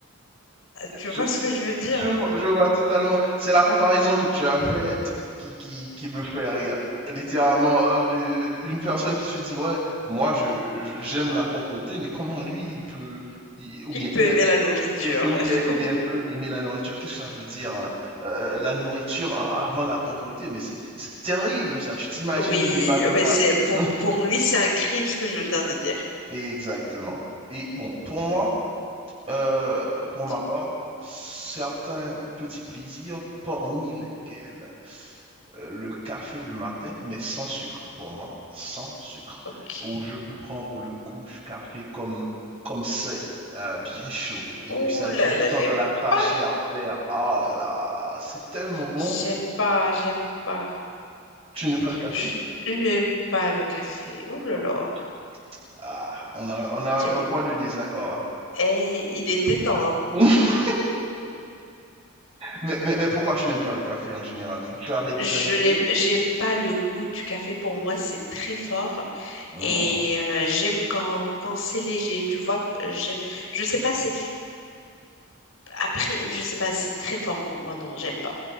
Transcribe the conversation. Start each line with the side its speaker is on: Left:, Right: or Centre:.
Left: Tu vois
Right: Je,
Left: ce que je veux dire?
Right: je, vois- je vois totalement. C'est la comparaison que tu as faite qui, qui, qui me fait rire. Littéralement, euh, euh, une personne qui se dit, ouais, moi, je, je- j'aime la propreté, mais comment lui, il peut, il- ou bien
Left: Il peut
Right: elle,
Left: aimer
Right: Et
Left: la nourriture.
Right: et oui, et oui,
Left: <laughs>
Right: elle peut aimer la nourriture. Qu'est-ce que ça veut dire, hein Euh, la nourriture a- avant la propreté, mais c'est c'est terrible ça. Tu t'imagines
Left: Oui,
Right: un débat comme
Left: mais
Right: ça?
Left: c'est pour,
Right: <laughs>
Left: pour lui, c'est un crime ce que je viens de dire.
Right: Exactement. Et bon, pour moi, euh, pour ma
Left: C'est-
Right: part, certains petits plaisirs, parmi lesquels euh, le café le matin, mais sans sucre pour moi, sans sucre,
Left: Ok.
Right: où je peux prendre le goût du café comme comme c'est, euh, bien chaud, et
Left: Ouh
Right: puis ça
Left: là
Right: descend
Left: là, j'aime
Right: dans la trachée
Left: pas.
Right: artère. oh là là, c'est tellement bon.
Left: J'aime pas, j'aime pas.
Right: Tu n'aimes pas le café?
Left: Je j'aime pas le café. Ouh là
Right: Ah,
Left: là,
Right: ah, on a, on a
Left: tu vois.
Right: un point de désaccord là.
Left: Et il était temps, hein.
Right: <laughs> Mais, mais, mais pourquoi tu n'aimes pas le café en général? Tu avais déjà
Left: Je
Right: essayé?
Left: n'aime, j'aime pas le goût du café. Pour moi, c'est très fort.
Right: Hmm.
Left: Et euh, j'aime quand, quand c'est léger, tu vois. euh, J'aime, je sais pas, c'est, après, je sais pas, c'est très fort pour moi. Non, j'aime pas.